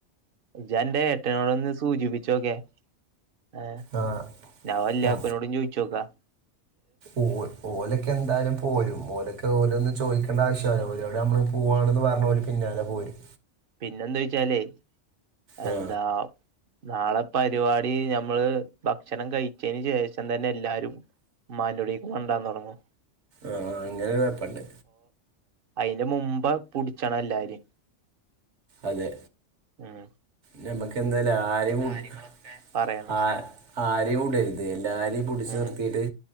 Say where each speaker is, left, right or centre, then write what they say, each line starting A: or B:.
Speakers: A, on the right (about 55°); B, on the right (about 75°).
A: ജന്റെ ഏട്ടനോട് ഒന്ന് സൂചിപ്പിച്ചോക്കെ ഏഹ്
B: ആ
A: ഞാൻ വല്യാക്കൂനോടും
B: ആ
A: ചോയിച്ചോക്കാം
B: ഉവ്വ് ഓലൊക്കെ എന്തായാലും പോരും ഓലൊക്കെ ഓലൊന്ന് ചോദിക്കേണ്ട ആവശ്യമല്ല ഓലോട് നമ്മൾ പോവാണെന്ന് പറഞ്ഞ പോലും പിന്നാലെ പോരും
A: പിന്നെന്തായ്ച്ചാലേ
B: ആ
A: എന്താ നാളെ പരിപാടി നമ്മള് ഭക്ഷണം കഴിച്ചതിന് ശേഷം തന്നെ എല്ലാരും ഇമ്മാന്റുടീക്ക് തെണ്ടാൻ തുടങ്ങും
B: ആഹ് അങ്ങനെരു കൊയപ്പണ്ട്
A: അയിന്റെ മുമ്പ് പുട്ച്ചണം എല്ലാരേം
B: അതെ
A: ഉം
B: ഞമ്മക്ക്ന്തയ്ലും ആരിം കാര്യങ്ങളൊക്കെ
A: പറയണം
B: ആഹ് ആരെയുടര്ത് എല്ലാരിം പുടിച്ച്
A: ഉം
B: നിർത്തിയിട്ട്